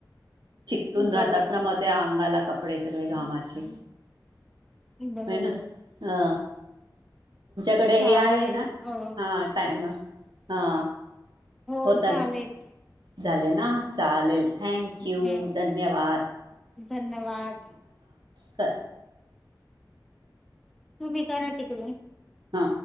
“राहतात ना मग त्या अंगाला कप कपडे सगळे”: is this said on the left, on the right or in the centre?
Right